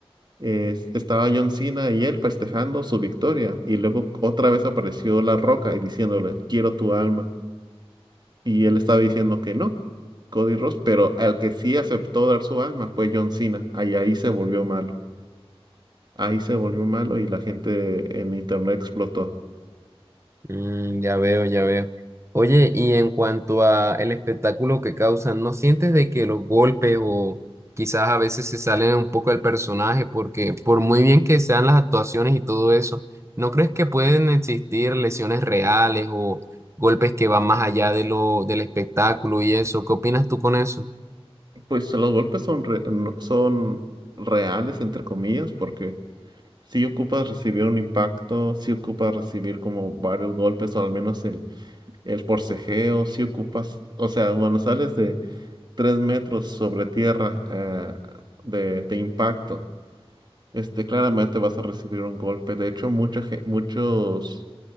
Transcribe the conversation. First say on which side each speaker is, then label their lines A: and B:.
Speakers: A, on the right; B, on the right.
A: es- estaba John Cena y él festejando su victoria y luego otra vez apareció La Roca y diciéndole, quiero tu alma. Y él estaba diciendo que no, Cody Ross, pero al que sí aceptó dar su alma fue John Cena. Ahí, ahí se volvió malo. Ahí se volvió malo y la gente en internet explotó.
B: Mm, ya veo, ya veo. Oye, y en cuanto a el espectáculo que causan, ¿no sientes de que los golpes o quizás a veces se salen un poco del personaje? Porque por muy bien que sean las actuaciones y todo eso, ¿no crees que pueden existir lesiones reales o golpes que van más allá de lo del espectáculo y eso? ¿Qué opinas tú con eso?
A: Pues los golpes son, re- no- son reales, entre comillas, porque si ocupas recibir un impacto, si ocupas recibir como varios golpes o al menos el, el forcejeo, si ocupas, o sea, bueno sales de tres metros sobre tierra eh, de de impacto este, claramente vas a recibir un golpe. De hecho, mucha ge- muchos